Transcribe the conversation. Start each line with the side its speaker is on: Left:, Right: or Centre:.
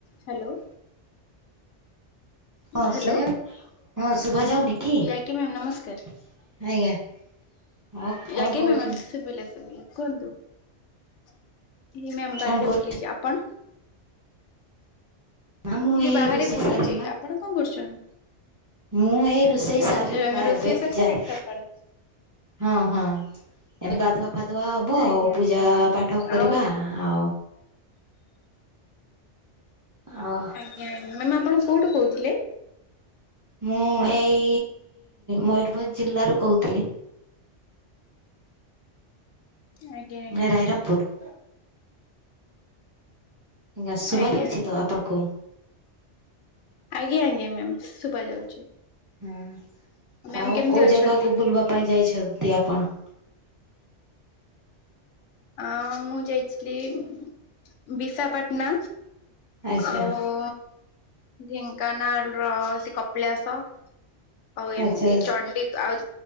Left: Hello.
Right: ହଁ,
Left: hello
Right: ଶୁଣାଯାଉନି ହଁ, ଶୁଭା ଯାଉନି କି?
Left: ଆଜ୍ଞା ମ୍ୟାମ୍ ନମସ୍କାର
Right: ଆଜ୍ଞା। ଆଉ କଣ
Left: ଆଜ୍ଞା
Right: କରୁଛନ୍ତି
Left: ମ୍ୟାାମ। ଆସ ଶୁଭିଲା ଶୁଭିଲା। କୁହନ୍ତୁ, ଆଜ୍ଞା ମ୍ୟାମ
Right: କଣ
Left: ବାହାରେ
Right: କରୁ
Left: ବୁଲିଚି। ଆପଣ?
Right: ମା ମୁଁ
Left: ବୁଲି
Right: ଏଇ
Left: ବାହାରେ
Right: ରୁଷେଇ
Left: ବୁଲୁଛି
Right: ସାରିଲି ବା।
Left: ଆପଣ କଣ କରୁଛନ୍ତି?
Right: ମୁଁ ଏଇ ରୋଷେଇ
Left: ଆଚ୍ଛା
Right: ସାରିଲି ବା
Left: ରୋଷେଇ
Right: ଏବେ
Left: ସରିସାରିଲାଣି
Right: ଯାଏ
Left: ସକାଳୁ?
Right: ହଁ ହଁ। ଏବେ ଗାଧୁଆ ଫାଧୁଆ ହବ ଆଉ
Left: ଆଜ୍ଞା
Right: ପୂଜା
Left: ଆଜ୍ଞା
Right: ପାଠ କରିବା,
Left: ଆଉ
Right: ଆଉ ଆଉ
Left: ଆଜ୍ଞା। ଆଜ୍ଞା। ମ୍ୟାମ୍ ଆପଣ କୋଉଠୁ କହୁଥିଲେ?
Right: ମୁଁ ଏଇ ମୟୂରଭଞ୍ଜ ଜିଲ୍ଲାରୁ କହୁଥିଲି।
Left: ଆଜ୍ଞା ଆଜ୍ଞା
Right: ରାଇରଙ୍ଗପୁର। ଆ ଶୁଭାଯାଉଛି
Left: ଆଜ୍ଞା ଆଜ୍ଞା
Right: ତ ଆପଣଙ୍କୁ?
Left: ଆଜ୍ଞା ଆଜ୍ଞା ମ୍ୟାମ୍ ଶୁଭା ଯାଉଛି।
Right: ହଁ
Left: ମ୍ୟାମ୍
Right: ଆଉ
Left: କେମିତି
Right: କୋଉ
Left: ଅଛନ୍ତି?
Right: ଜାଗାକୁ ବୁଲବା ପାଇଁ ଯାଇଛନ୍ତି ଆପଣ?
Left: ଆ ମୁଁ ଯାଇଥିଲି ବିଶାଖାପାଟନା
Right: ଆଚ୍ଛା
Left: ଆଉ ଢେଙ୍କାନାଳର ସେ କପିଳାସ ଆଉ ଏମତି
Right: ଆଚ୍ଛା
Left: ଚଣ୍ଡି ଆଉ